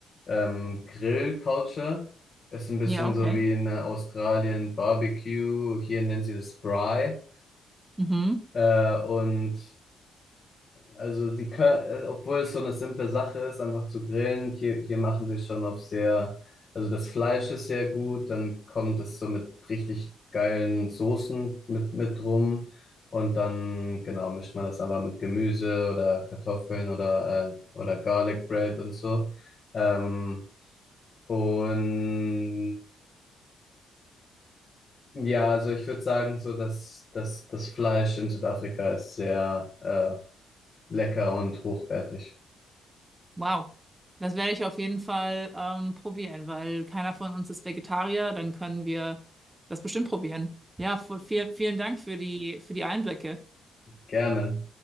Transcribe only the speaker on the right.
Ja, okay.
Mhm.
Wow. Das werde ich auf jeden Fall ähm, probieren, weil keiner von uns ist Vegetarier, dann können wir das bestimmt probieren. Ja, v- viel, vielen Dank für die, für die Einblicke.